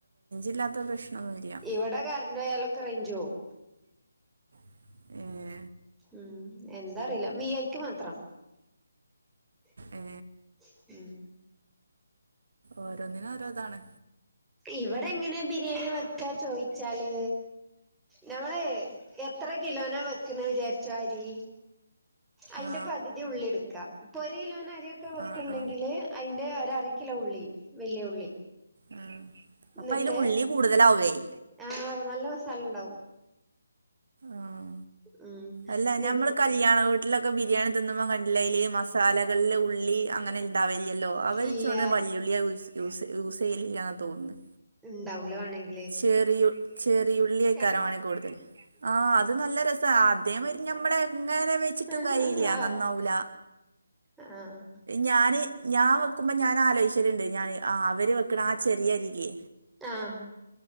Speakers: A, on the right; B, in the centre.
A: ഇല്ലാത്ത പ്രശ്നമൊന്നുമില്ല
B: ഇവടെ കരണ്ട് പോയാലൊക്കെ റെയ്ഞ്ച് പോവും
A: ഏ
B: ഉം എന്താറീല വി ഐക്ക് മാത്രം <inaudible>
A: ഏ
B: ഉം
A: ഓരോന്നിന് ഓരോതാണ്
B: ഇവടെ എങ്ങനെ ബിരിയാണി വെക്കാ ചോയിച്ചാല് നമ്മള് എ എത്ര കിലോനാ വെക്ക്ണ് വിചാരിച്ചോ അരി അയ്ന്റെ
A: ആ
B: പകുതി ഉള്ളി ഇട്ക്ക ഇപ്പം ഒരു കിലോന് അരിയൊക്കെ വെക്ക്ണ്ടെങ്കില്
A: ആ ആ
B: അയ്ൻ്റെ ഒരക്കിലോ ഉള്ളി വെല്യ ഉള്ളി
A: ആഹ്
B: എന്നിട്ട്
A: അപ്പ അയ്ല് ഉള്ളി കൂടുതലാവെയ്
B: ആഹ് നല്ല മസാലണ്ടാവും
A: ആഹ്
B: ഉം
A: അല്ല
B: എന്നിട്ട്
A: ഞമ്മള് കല്യാണം വീട്ടിലൊക്കെ ബിരിയാണി തിനുമ്പം കണ്ടിലെ ഈ മസ സാലകളില് ഉള്ളി അങ്ങനെ ഉണ്ടാവലില്ലല്ലോ അവര്
B: ഇല്ല
A: ഇച്ചോണ്ണയ് വല്യുള്ളിയാ യൂസ് യൂസ് യൂസെയ്യലില്ലാനാ തോന്നുന്നെ
B: ഇണ്ടാവുല മാണെങ്കി
A: ചെറിയു ചെറിയുള്ളി എയ്ക്കാരം
B: ആണ്
A: മാണെ കൂടുതൽ ആഹ് അത് നല്ല രസ സാ അതേ മായിരി ഞമ്മളെങ്ങനെ വെച്ചിട്ടും
B: ആഹ്
A: കാര്യല്ല നന്നാവൂല
B: ആഹ്
A: ഞാന് ഞാൻ വെക്കുമ്പം ഞാൻ ആലോയ്ച്ചല്ണ്ട് ഞാന് ആ അവര് വെക്ക്ണ ആഹ് ചെറിയരില്ലേ
B: ആഹ്